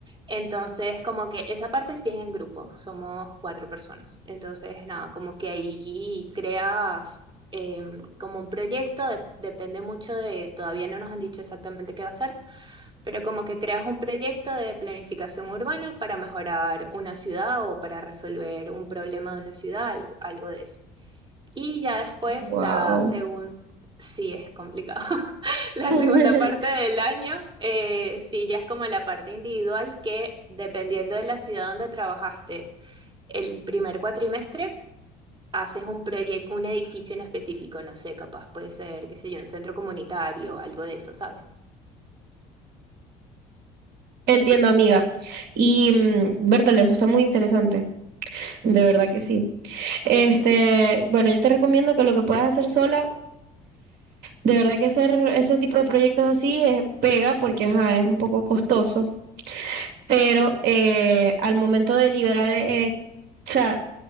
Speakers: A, on the right (about 25°); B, on the right (about 60°).
A: Entonces, como que esa parte sí es en grupo, somos cuatro personas. Entonces, nada, como que ahí creas em, como un proyecto, de- depende mucho de, todavía no nos han dicho exactamente qué va a ser pero como que creas un proyecto de planificación urbana para mejorar una ciudad o para resolver un problema de una ciudad, algo, algo de eso. Y ya después
B: Wow.
A: la segunda, sí es complicado, <laughs> la
B: <laughs>
A: segunda parte del año, eh, sí ya es como la parte individual que dependiendo de la ciudad donde trabajaste, el primer cuatrimestre haces un proyecto, un edificio en específico, no sé, capaz puede ser, qué sé yo, un centro comunitario, algo de eso, ¿sabes?
B: Entiendo, amiga. Y mm, Bertale, eso está muy interesante. De verdad que sí. Este, bueno, yo te recomiendo que lo que puedas hacer sola, de verdad que hacer ese tipo de proyectos así eh, pega porque ajá, es un poco costoso, pero eh, al momento de liberar, eh, o sea,